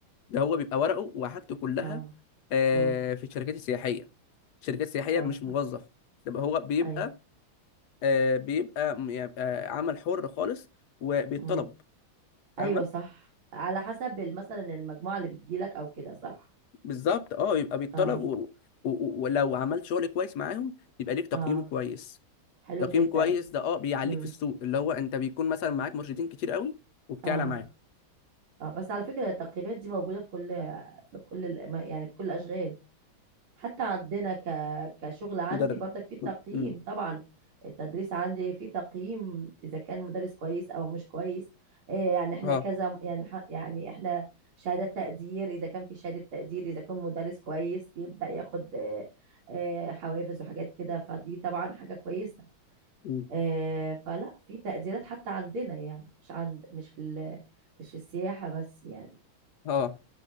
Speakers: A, on the left; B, on the right.
A: ده هو بيبقى ورقه وحاجته كلها
B: اه
A: آه،
B: امم
A: في الشركات السياحيه الشركات السياحيه
B: اه
A: مش
B: صح
A: موظف يبقى هو بيبقى
B: ايوه
A: آه، بيبقى م- يبقى عمل حر خالص وبيتطلب
B: امم
A: فاهمه
B: ايوه صح على حسب مثلا المجموعة اللي بتجيلك او كده صح
A: بالظبط اه يبقى بيتطلب
B: اه
A: و... و... و- ولو عملت شغل كويس معاهم يبقى ليك تقييم
B: اه
A: كويس
B: حلو
A: تقييم
B: جدا
A: كويس ده اه بيعليك
B: امم
A: في السوق اللي هو انت بيكون مثلا معاك مرشدين كتير قوي وبتعلى
B: اه
A: معاهم
B: اه بس على فكرة التقييمات دي موجودة في كل في كل الأما- يعني في كل الأشغال حتى عندنا ك... كشغل عندي
A: مدرب
B: برضك في تقييم
A: امم
B: طبعا التدريس عندي في تقييم إذا كان مدرس كويس أو مش كويس إيه يعني احنا
A: اه
B: كذا يعني ح- يعني احنا شهادات تقدير إذا كان في شهادة تقدير إذا كان مدرس كويس بيبدأ ياخد آه، آه، حوافز وحاجات كده فدي طبعا حاجة كويسة
A: مم.
B: آه، فلا في تقديرات حتى عندنا يعني مش عند مش في ال- مش في السياحة بس يعني
A: اه